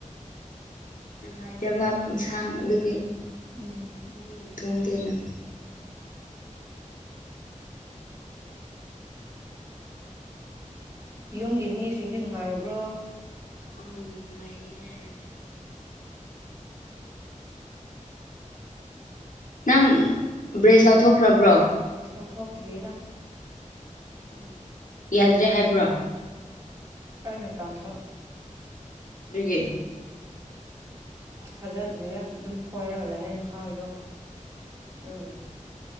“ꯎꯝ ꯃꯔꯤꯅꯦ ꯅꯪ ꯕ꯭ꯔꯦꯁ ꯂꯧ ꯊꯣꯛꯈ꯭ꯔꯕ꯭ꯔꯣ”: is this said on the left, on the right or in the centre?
Left